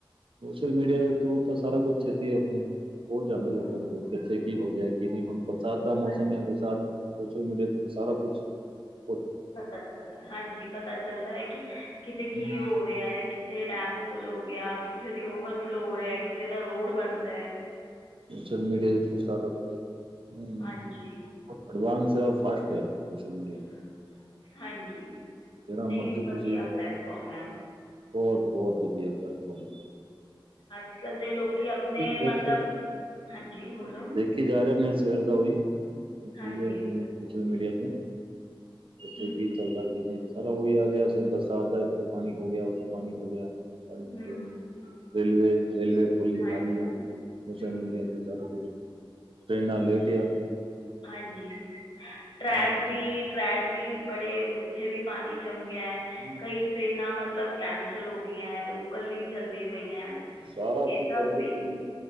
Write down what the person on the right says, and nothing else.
ਸੋਸ਼ਲ ਮੀਡੀਆ ਦੇ ਥਰੂ ਤਾਂ ਸਾਰਾ ਕੁਛ ਛੇਤੀ ਆ ਹੁਣ ਪਹੁੰਚ ਜਾਂਦਾ
ਲੋਕਾਂ ਦੇ ਕੋਲ। ਕਿੱਥੇ ਕੀ ਹੋ ਜਾਏ ਕੀ ਨਹੀਂ ਹੁਣ ਬਰਸਾਤ ਦਾ ਮੌਸਮ
ਐ ਬਰਸਾਤ ਸੋਸ਼ਲ ਮੀਡੀਆ ਤੋਂ ਸਾਰਾ ਕੁਛ ਤੇ
ਹੂੰ
ਸੋਸ਼ਲ ਮੀਡੀਆ ਦੇ ਥਰੂ ਸਟਾਟਪ ਹੋ ਗਿਆ ਹੂੰ
ਪਰ ਐਡਵਾਂਸ ਐ ਫਾਸਟ ਐ ਸੋਸ਼ਲ ਮੀਡੀਆ
ਜਿਹੜਾ
ਮਰਜ਼ੀ
ਤੁਸੀਂ
ਬਹੁਤ ਬਹੁਤ ਵਧੀਆ ਪਲਟੇਫੋਰਮ
ਇਸ ਦਰ
ਦੇਖੀ ਜਾ ਰਿਹਾ ਮੈਂ ਸਵੇਰ ਦਾ ਉਹੀ ਬੀ
ਕੀ ਐ ਕੀ ਨਹੀਂ ਸੋਸ਼ਲ ਮੀਡੀਆ ਤੇ ਏ ਇੱਥੇ
ਕੀ ਚੱਲਦਾ ਕੀ ਨਹੀਂ ਸਾਰਾ ਉਹੀ ਆ ਰਿਆ ਬਰਸਾਤ ਦਾ ਇੱਥੇ ਪਾਣੀ ਹੋ ਗਿਆ ਉੱਥੇ ਪਾਣੀ ਹੋ ਗਿਆ ਪਾਣੀ ਹੋ
ਗਿਆ
ਰੇਲਵੇ ਰੇਲਵੇ ਫੁੱਲ ਦਿਖਾ
ਰਈ ਆ ਸੋਸ਼ਲ
ਮੀਡੀਆ ਤੇ ਸਾਰਾ ਕੁਝ ਟ੍ਰਰੇਨਾਂ ਲੇਟ ਐ
ਸਾਰਾ
ਕੁਛ
ਹਾਂ,
ਸਾਰਾ
ਕੁਛ
ਐ ਲੇਕਨ